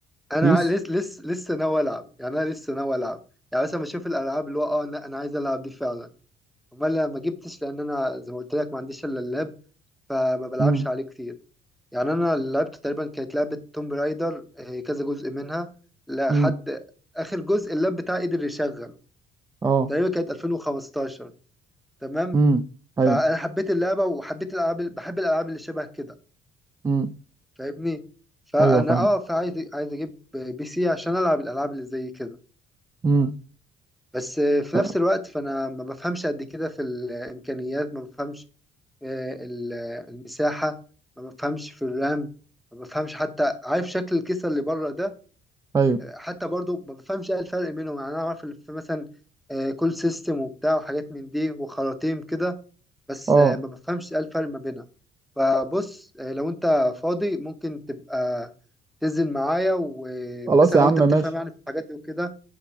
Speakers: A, in the centre; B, on the right (about 15°).
A: انا
B: بيس
A: لسه لسه لسه ناوي العب يعني انا لسه ناوي العب يعني مثلا بشوف الالعاب اللي هو اه لا انا عايز العب دي فعلا امال أنا ما جبتش لان انا زي ما قلت لك ما عنديش الا اللاب فما بلعبش
B: امم
A: عليه كتير يعني انا لعبت تقريبا كانت لعبه توم رايدر آه، كذا جزء منها لحد
B: امم
A: اخر جزء اللاب بتاعي قدر يشغله
B: اه
A: تقريبا كانت 2015 تمام
B: امم ايوه
A: فانا حبيت اللعبه وحبيت الالعاب بحب الالعاب اللي شبه كده
B: امم
A: فاهمني فانا
B: ايوه فاهم
A: اه فعايز عايز اجيب بي سي عشان العب الالعاب اللي زي كده
B: امم
A: بس آه، في
B: آه.
A: نفس الوقت فانا ما بفهمش قد كده في الامكانيات ما بفهمش آه، ال- المساحه ما بفهمش في الرام ما بفهمش حتى عارف شكل الكيسه اللي بره ده
B: ايوه
A: حتى برضو ما بفهمش ايه الفرق بينهم يعني انا اعرف اللي في مثلا آه، كول سيستم وبتاع وحاجات من دي وخراطيم كده بس
B: اه
A: آه، ما بفهمش ايه الفرق ما بينها فبص آه، لو انت فاضي ممكن تبقى تنزل معايا ومثلا
B: خلاص يا
A: لو
B: عم
A: انت
B: ماشي
A: بتفهم يعني في الحاجات دي وكده